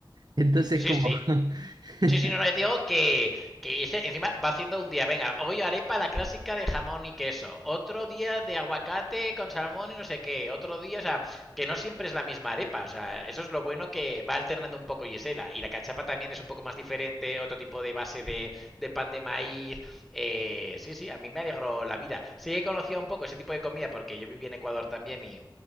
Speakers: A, on the right; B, in the centre.
A: Entonces,
B: Sí,
A: como
B: sí,
A: <laughs>
B: Sí, sí, no, no, yo te digo que, que ese encima va haciendo un día, venga, hoy arepa la clásica de jamón y queso, otro día de aguacate con salmón y no sé qué, otro día, o sea, que no siempre es la misma arepa, o sea, eso es lo bueno que va alternando un poco Gisela, y la cachapa también es un poco más diferente, otro tipo de base de, de pan de maíz, eh, sí, sí, a mí me alegró la vida. Sí que conocía un poco ese tipo de comida porque yo viví en Ecuador también y...